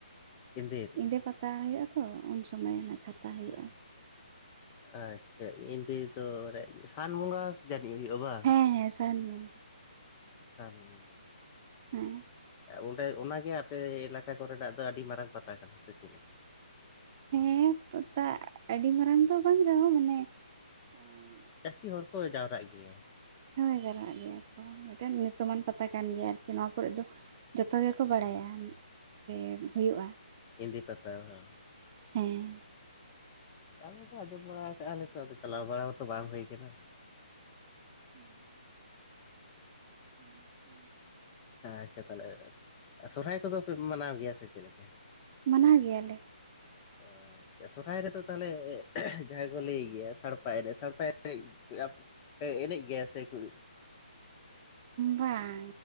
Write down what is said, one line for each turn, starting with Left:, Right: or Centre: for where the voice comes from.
Left: ᱮᱸᱫᱮ ᱨᱮ
Right: ᱮᱸᱫᱮᱸ ᱯᱟᱛᱟ ᱦᱩᱭᱩᱜᱼᱟ ᱛᱚ ᱩᱱ ᱥᱚᱢᱚᱭ ᱚᱱᱟ ᱪᱷᱟᱛᱟ ᱦᱩᱭᱩᱜᱼᱟ
Left: ᱟᱪᱪᱷᱟ ᱮᱸᱫᱮ ᱫᱚ ᱨᱮ ᱥᱟᱱ ᱵᱚᱸᱜᱟ ᱡᱟᱹᱱᱤᱡ ᱦᱩᱭᱩᱜᱼᱟ ᱵᱟᱝ,
Right: ᱦᱮᱸ ᱦᱮᱸ ᱥᱟᱱ ᱵᱚᱸᱜᱟ
Left: ᱥᱟᱱ ᱵᱚᱸᱜᱟ
Right: ᱦᱮᱸ
Left: ᱚᱸᱰᱮ ᱚᱱᱟᱜᱮ ᱟᱯᱮ ᱮᱞᱟᱠᱟ ᱠᱚᱨᱮᱱᱟᱜ ᱫᱚ ᱟᱹᱰᱤ ᱢᱟᱨᱟᱝ ᱯᱟᱛᱟ ᱠᱟᱱᱟ ᱥᱮ ᱪᱮᱫ ᱞᱮᱠᱟ
Right: ᱦᱮᱸᱛᱚ ᱛᱟ ᱟᱹᱰᱤ ᱢᱟᱨᱟᱝ ᱫᱚ ᱵᱟᱝ ᱨᱮᱦᱚᱸ ᱢᱟᱱᱮ ᱦᱳᱭ
Left: ᱡᱟᱹᱥᱛᱤ ᱦᱚᱲ ᱠᱚ ᱡᱟᱣᱨᱟᱜ ᱜᱮᱭᱟ
Right: ᱦᱳᱭ ᱡᱟᱨᱣᱟᱜ ᱜᱮᱭᱟ ᱠᱚ ᱢᱤᱫᱴᱮᱱ ᱧᱩᱛᱩᱢᱟᱱ ᱯᱟᱛ ᱛᱟ ᱠᱟᱱ ᱜᱮᱭᱟ ᱟᱨᱠᱤ ᱱᱚᱣᱟ ᱠᱚᱨᱮ ᱫᱚ ᱡᱚᱛᱚ ᱜᱮᱠᱚ ᱵᱟᱲᱟᱭᱟ ᱡᱮ ᱦᱩᱭᱩᱜᱼᱟ
Left: ᱮᱸᱫᱮᱸ ᱯᱟᱛᱟ ᱣᱟᱝ
Right: ᱦᱮᱸ
Left: ᱟᱞᱮ ᱫᱚ ᱟᱸᱡᱚᱢ ᱵᱟᱲᱟ ᱠᱟᱜᱼᱟ ᱞᱮᱛᱚ ᱟᱫᱚ ᱪᱟᱞᱟᱣ ᱵᱟᱲᱟ ᱢᱟᱛᱚ ᱵᱟᱝ ᱦᱩᱭ ᱟᱠᱟᱱᱟ
Right: ᱦᱮᱸ ᱦᱳᱭ ᱛᱚ
Left: ᱟᱪᱷᱟ ᱛᱟᱦᱚᱞᱮ ᱥᱚᱨᱦᱟᱭ ᱠᱚᱫᱚ ᱯᱮ ᱢᱟᱱᱟᱣ ᱜᱮᱭᱟ ᱥᱮ ᱪᱮᱫ ᱞᱮᱠᱟ?.
Right: ᱢᱟᱱᱟᱣ ᱜᱮᱭᱟ ᱞᱮ
Left: ᱚ ᱟᱪᱪᱷᱟ ᱥᱚᱨᱦᱟᱭ ᱨᱮᱫᱚ ᱛᱟᱦᱚᱞᱮ ᱡᱟᱦᱟᱸᱭ ᱠᱚ ᱞᱟᱹᱭ ᱜᱮᱭᱟ ᱥᱟᱲᱯᱟ ᱮᱱᱮᱡ ᱥᱟᱲᱯᱟ ᱮᱱᱮᱡ ᱜᱮᱭᱟᱯᱮ ᱮᱱᱮᱡ ᱜᱮᱟᱭ ᱥᱮ ᱠᱲᱩᱤ
Right: ᱵᱟᱝ